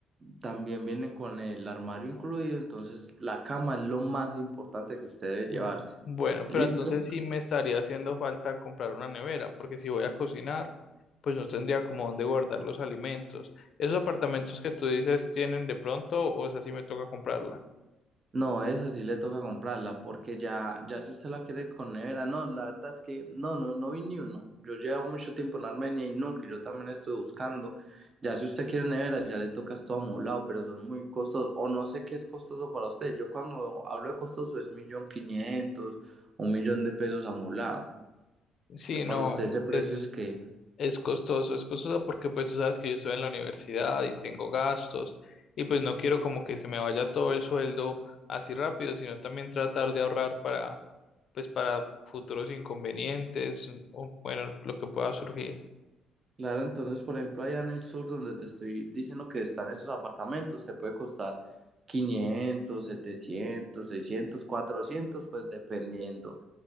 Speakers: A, on the right (about 35°); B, on the left (about 55°).
A: también viene con el armario incluido, entonces la cama es lo más importante que usted debe llevarse.
B: Mm, Bueno, pero
A: ¿Listo?
B: entonces sí me estaría haciendo falta comprar una nevera, porque si voy a cocinar, pues no tendría como dónde guardar los alimentos. ¿Esos apartamentos que tú dices tienen de pronto o esa sí me toca comprarla?
A: No, esa sí le toca comprarla, porque ya, ya si usted la quiere con nevera, no, la verdad es que no, no, no vi ni uno. Yo llevo mucho tiempo en Armenia y nunca, y yo también estoy buscando. Ya si usted quiere nevera, ya le toca esto amoblado, pero son muy costosos, o no sé qué es costoso para usted. Yo cuando hablo de costoso es millón quinientos, un millón de pesos amoblado.
B: Sí, no,
A: Para usted
B: es,
A: ese precio
B: es,
A: es que...
B: es costoso, es costoso porque pues tú sabes que yo estoy en la universidad y tengo gastos y pues no quiero como que se me vaya todo el sueldo así rápido, sino también tratar de ahorrar para pues para futuros inconvenientes o bueno, lo que pueda surgir.
A: Claro, entonces, por ejemplo, allá en el sur, donde te estoy diciendo que están esos apartamentos, se puede costar 500, 700, 600, 400, pues dependiendo